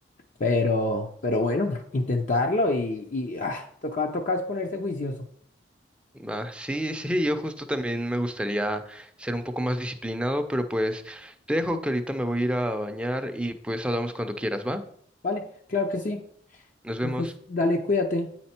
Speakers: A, on the left; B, in the centre.
A: Pero, pero bueno, intentarlo y, y ah, toca, toca es ponerse juicioso.
B: Va, sí, sí, yo justo también me gustaría ser un poco más disciplinado, pero pues te dejo que ahorita me voy a ir a bañar y pues hablamos cuando quieras, ¿va?
A: ¿Vale? Claro que sí.
B: Nos vemos.
A: Entonces, dale, cuídate.